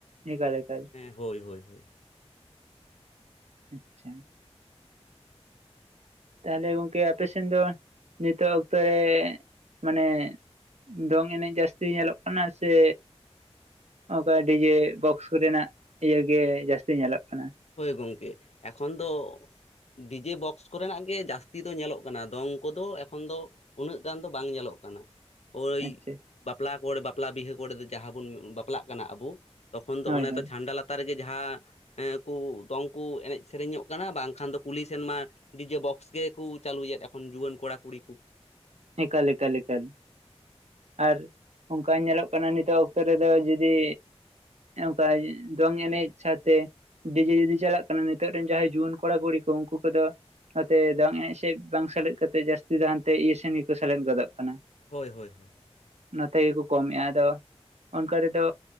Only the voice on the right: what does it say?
ᱮᱠᱟᱞ ᱮᱠᱟᱞ
ᱟᱪᱷᱟ ᱛᱟᱦᱚᱞᱮ ᱜᱚᱝᱠᱮ ᱟᱯᱮ ᱥᱮᱱ ᱫᱚ ᱱᱤᱛᱚᱜ ᱚᱠᱛᱚ ᱨᱮ ᱢᱟᱱᱮ ᱫᱚᱝ ᱮᱱᱮᱡ ᱡᱟᱹᱥᱛᱤ ᱧᱮᱞᱚᱜ ᱠᱟᱱᱟ ᱥᱮ ᱚᱱᱠᱟ ᱰᱤᱡᱮ ᱵᱚᱠᱥ ᱠᱚ ᱨᱮᱱᱟᱜ ᱤᱭᱟᱹᱜᱮ ᱡᱟᱹᱥᱛᱤ ᱧᱮᱞᱚᱜ ᱠᱟᱱᱟ
ᱟᱪᱪᱷᱟ
ᱦᱳᱭ
ᱦᱳᱭ
ᱮᱠᱟᱞ ᱮᱠᱟᱞ ᱮᱠᱟᱞ ᱟᱨ ᱚᱱᱠᱟ ᱧᱮᱞᱚᱜ ᱠᱟᱱᱟ ᱱᱤᱛᱚᱜ ᱚᱠᱛᱚ ᱨᱮᱫᱚ ᱡᱩᱫᱤ ᱚᱱᱠᱟ ᱫᱚᱝ ᱮᱱᱮᱡ ᱥᱟᱶᱛᱮ ᱰᱤᱡᱮ ᱡᱩᱫᱤ ᱪᱟᱞᱟᱜ ᱠᱟᱱᱟ ᱱᱤᱛᱚᱜ ᱨᱮᱱ ᱡᱟᱦᱟᱸᱭ ᱡᱩᱣᱟᱹᱱ ᱠᱚᱲᱟ ᱠᱩᱲᱤ ᱠᱚ ᱩᱱᱠᱩ ᱠᱚᱫᱚ ᱱᱚᱛᱮ ᱫᱚᱝ ᱮᱱᱮᱡ ᱥᱮᱫ ᱵᱟᱝ ᱥᱮᱞᱮᱫ ᱠᱟᱛᱮᱫ ᱡᱟᱹᱥᱛᱤ ᱫᱚ ᱦᱟᱱ ᱛᱮ ᱤᱭᱟᱹ ᱥᱮᱱ ᱜᱮ ᱠᱚ ᱥᱮᱞᱮᱫ ᱜᱚᱫᱚᱜ ᱠᱟᱱᱟ
ᱱᱚᱛᱮ ᱜᱮᱠᱚ ᱠᱚᱢᱮᱫᱼᱟ ᱟᱫᱚ ᱚᱱᱠᱟ ᱨᱮᱫᱚ